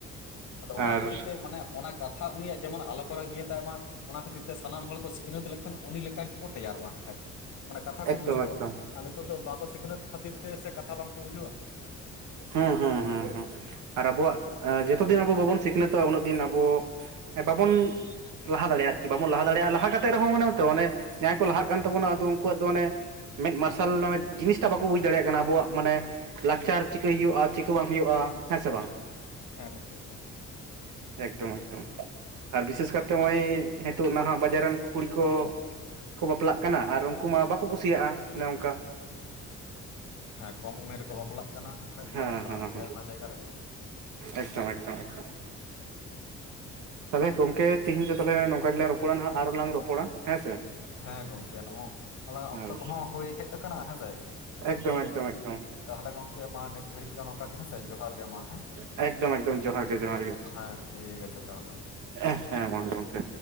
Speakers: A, on the left; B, on the right.
A: ᱟᱫᱚ ᱚᱱᱟ
B: ᱟᱨ
A: ᱠᱷᱟᱹᱛᱤᱨ ᱛᱮ ᱢᱟᱱᱮ ᱚᱱᱟ ᱠᱟ ᱠᱟᱛᱷᱟ ᱩᱱᱤᱭᱟᱜ ᱡᱮᱢᱚᱱ ᱟᱞᱚ ᱠᱚᱨᱮ ᱤᱭᱟᱹ ᱛᱟᱭ ᱢᱟ, ᱚᱱᱟ ᱠᱷᱟᱹᱛᱤᱨ ᱛᱮ ᱥᱟᱱᱟᱢ ᱦᱚᱲ ᱠᱚ ᱥᱤᱠᱷᱱᱟᱹᱛ ᱞᱮᱠᱷᱟᱱ ᱩᱱᱤ ᱞᱮᱠᱟ ᱜᱮᱠᱚ ᱛᱮᱭᱟᱨᱚᱜᱼᱟ ᱮᱠᱷᱟᱡ, ᱢᱟᱱᱮ ᱠᱟᱛᱷᱟ ᱠᱚ
B: ᱮᱠᱫᱚᱢ
A: ᱵᱩᱡᱷᱟᱹᱣᱟ᱾
B: ᱮᱠᱫᱚᱢ
A: ᱟᱨ ᱱᱤᱛᱚᱜ ᱫᱚ ᱵᱟᱠᱚ ᱥᱤᱠᱷᱱᱟᱹᱛ ᱠᱷᱟᱹᱛᱤᱨ ᱛᱮ ᱥᱮ ᱠᱟᱛᱷᱟ ᱵᱟᱝᱠᱚ ᱵᱩᱡᱷᱟᱹᱣᱟ?
B: ᱦᱩᱸ ᱦᱩᱸ ᱦᱩᱸ ᱟᱨ ᱟᱵᱚᱣᱟᱜ ᱡᱚᱛᱚ ᱫᱤᱱ ᱟᱵᱚ ᱵᱟᱵᱚᱱ ᱥᱤᱠᱷᱱᱟᱹᱛᱚᱜᱼᱟ, ᱩᱱᱟᱹᱜ ᱫᱤᱱ ᱟᱵᱚ ᱵᱟᱵᱚᱱ ᱞᱟᱦᱟ ᱫᱟᱲᱮᱭᱟᱜᱼᱟ ᱟᱨᱠᱤ ᱵᱟᱵᱚᱱ ᱞᱟᱦᱟ ᱫᱟᱲᱮᱭᱟᱜᱼᱟ ᱞᱟᱦᱟ ᱠᱟᱛᱮᱫ ᱨᱮᱦᱚᱸ ᱢᱟᱱᱮᱚ ᱚᱱᱮ ᱡᱟᱦᱟᱸᱭ ᱠᱚ ᱞᱟᱦᱟᱜ ᱠᱟᱱ ᱛᱟᱵᱚᱱᱟ ᱟᱫᱚ ᱩᱱᱠᱩᱣᱟᱜ ᱫᱚ ᱢᱟᱱᱮ ᱢᱮᱫ ᱢᱟᱨᱥᱟᱞᱟᱱ ᱡᱤᱱᱤᱥᱴᱟ ᱵᱟᱠᱚ ᱵᱩᱡ ᱫᱟᱲᱮᱭᱟᱜ ᱠᱟᱱᱟ ᱟᱵᱚᱣᱟᱜ ᱢᱟᱱᱮ ᱞᱟᱠᱪᱟᱨ ᱪᱤᱠᱟᱭ ᱦᱩᱭᱩᱜᱼᱟ ᱪᱤᱠᱟ ᱵᱟᱝ ᱦᱩᱭᱩᱜᱼᱟ, ᱦᱮᱸ ᱥᱮ ᱵᱟᱝ?
A: ᱦᱮᱸ ᱜᱚᱝᱠᱮ ᱮᱠᱫᱚᱢ᱾
B: ᱮᱠᱫᱚᱢ ᱮᱠᱫᱚᱢ, ᱟᱨ ᱵᱤᱥᱮᱥ ᱠᱟᱨᱛᱮ ᱱᱚᱜᱼᱚᱭ ᱱᱤᱛᱳ ᱱᱟᱦᱟᱜ ᱵᱟᱡᱟᱨ ᱨᱮᱱ ᱠᱩᱲᱤ ᱠᱚ, ᱠᱚ ᱵᱟᱯᱞᱟᱜ ᱠᱟᱱᱟ ᱟᱨ ᱩᱱᱠᱩ ᱢᱟ ᱵᱟᱠᱚ ᱠᱩᱥᱤᱭᱟᱜᱼᱟ ᱚᱱᱮ ᱚᱱᱠᱟ᱾
A: ᱦᱮᱸ ᱠᱚᱢ ᱩᱢᱮᱨ ᱨᱮᱠᱚ ᱵᱟᱯᱞᱟᱜ ᱠᱟᱱᱟ ᱦᱠᱷᱟᱡ
B: ᱦᱮᱸ
A: ᱧᱮᱞᱚᱜ ᱠᱟᱱᱟ
B: ᱦᱮᱸ
A: ᱟᱹᱰᱤ
B: ᱦᱮᱸ
A: ᱟᱭᱢᱟ ᱡᱟᱭᱜᱟ ᱨᱮᱜᱮ᱾
B: ᱮᱠᱫᱚᱢ ᱮᱠᱫᱚᱢ ᱮᱠᱫᱚᱢ,
A: ᱱᱚᱜᱼᱚᱝᱠᱟ᱾
B: ᱛᱟᱦᱚᱞᱮ ᱜᱚᱢᱠᱮ ᱛᱤᱦᱤᱧ ᱫᱚ ᱛᱟᱦᱚᱞ ᱱᱚᱝᱠᱟ ᱜᱮᱞᱟᱝ ᱨᱚᱯᱚᱲᱟ ᱱᱟᱦᱟᱜ, ᱟᱨᱚᱞᱟᱝ ᱨᱚᱯᱚᱲᱟ ᱦᱮᱸ ᱥᱮ᱾
A: ᱦᱮᱸ ᱜᱚᱝᱠᱮ ᱱᱚᱣᱟ ᱟᱞᱟᱝ-ᱟᱜ
B: ᱟᱨ
A: ᱚᱠᱛᱚ ᱠᱚᱦᱚᱸ ᱦᱩᱭ ᱦᱮᱡ ᱟᱠᱟᱱᱟ ᱦᱮᱸᱥᱮ᱾
B: ᱮᱠᱫᱚᱢ ᱮᱠᱫᱚᱢ ᱮᱠᱫᱚᱢ᱾
A: ᱛᱟᱦᱚᱞᱮ ᱜᱚᱝᱠᱮ ᱢᱟ ᱱᱤᱛ ᱜᱷᱟᱹᱲᱤᱡ ᱫᱚ ᱱᱚᱝᱠᱟ ᱜᱮ ᱦᱮᱸ ᱥᱮ, ᱡᱚᱦᱟᱨ ᱜᱮ ᱢᱟ ᱦᱮᱸ
B: ᱮᱠᱫᱚᱢ ᱮᱠᱫᱚᱢ ᱡᱚᱦᱟᱨ ᱜᱮ ᱡᱚᱦᱟᱨ ᱜᱮ
A: ᱦᱮᱸ᱾ ᱴᱷᱤᱠ ᱟᱪᱷᱮ ᱛᱟᱦᱚᱞᱮ
B: <unintelligible> ᱦᱮᱸ ᱜᱚᱝᱠᱮ